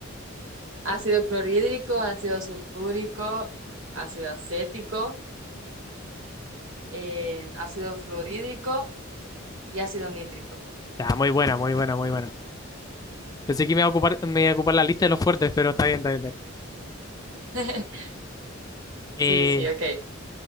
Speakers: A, on the right (about 80°); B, on the left (about 20°).
A: Ácido clorhídrico, ácido sulfúrico, ácido acético, eh, ácido fluorhídrico y ácido nítrico.
B: Ya, muy buena, muy buena, muy buena. Pensé que me iba a ocupar, me iba a ocupar la lista de los fuertes, pero está bien, está bien. está bien.
A: <laughs>
B: Eh,
A: Sí, sí, ok.